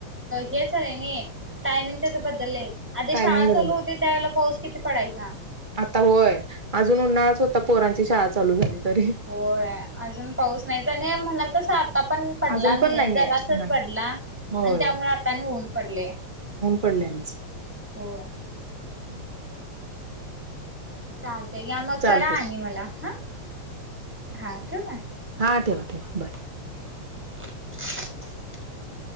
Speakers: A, in the centre; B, on the right.
A: हेच र आहे नाही टायमिंग त्याच्याबद्दल आहे आधी
B: टायमिंग
A: शाळा
B: बदल
A: चालू होते त्यावेळेला पाऊस. किती पडायचा.
B: आता होय अजून उन्हाळळाच होता पोरांची शाळा चालू झाली. तरी
A: होय अजून पाऊस नाहीच आणि म्हणलातस आता पण पडला
B: अजून पण
A: नाही जगास
B: आहे नाही
A: पडला आणि
B: होय
A: त्यामुळे आता नि होऊन पडले.
B: फडना्स
A: हो.
B: हम्म.
A: चालतेय कि मग
B: चालते
A: करा आणि मला हा हा ठ आहे.
B: हा ठेवा ठेवा बाय
A: <unintelligible>